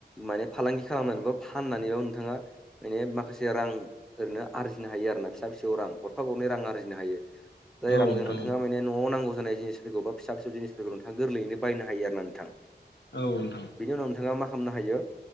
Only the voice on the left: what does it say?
औ
नोंथां
औ नोंथां।